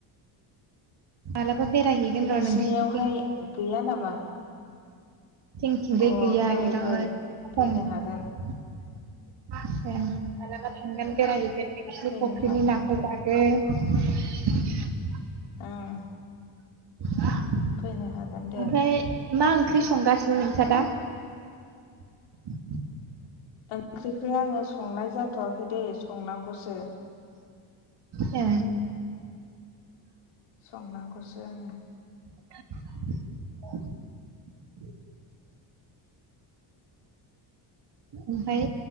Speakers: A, on the right; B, on the left.
A: मालाबा बेरायहैगोन
B: नोंसिनियावहाय
A: र' नोंसिनिथिं
B: गैया नामा?
A: जिंथिजाय
B: अ
A: गैया
B: फै
A: बिराद
B: फै
A: खम
B: फैनो हागोन
A: ए मालाबा थांगोन बेरायहैगोन नोंसिनि
B: फैनो
A: फख्रिनि
B: हागोन
A: नाखो
B: फै
A: जागोन <unintelligible>
B: ओं
A: <unintelligible>
B: फैनो हागोन दे
A: ओमफ्राय मा ओंख्रि संगासिनो नोंसा दा? <unintelligible>
B: ओंख्रिखो आङो संनाय जाथवाखै दे संनांगौसो
A: ए
B: संनांगौसो आङो
A: <unintelligible> ओमफ्राय